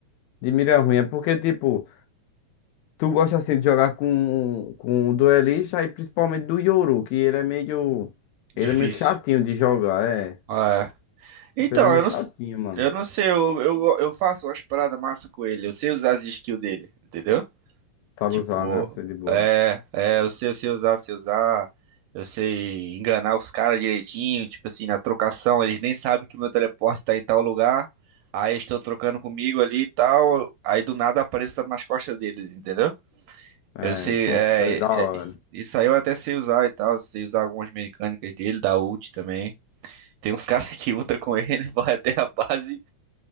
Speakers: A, on the left; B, on the right.
A: de mira ruim. É porque, tipo, tu gosta assim de jogar com, com o duelista e principalmente do Yoru, que ele é meio.
B: Difícil.
A: Ele é meio chatinho de jogar, é.
B: Ah, é. Então,
A: Ele é meio
B: eu
A: chatinho,
B: não, s-
A: mano.
B: eu não sei, eu, eu, eu faço umas paradas massa com ele. Eu sei usar as skills dele, entendeu?
A: Sabe
B: Tipo,
A: usar, né? Assim de boa.
B: é, é, eu sei, eu sei usar, sei usar, eu sei enganar os caras direitinho, tipo assim, na trocação, eles nem sabem que o meu teleporte tá em tal lugar, aí estou trocando comigo ali e tal, aí do nada apareço tá nas costas deles, entendeu?
A: É,
B: Eu sei,
A: pronto,
B: é,
A: é da
B: é,
A: hora.
B: é, isso isso aí eu até sei usar e tal, sei usar algumas mecânicas dele, da ult também. Tem uns <laughs> caras que lutam com ele, <laughs> vai até a base,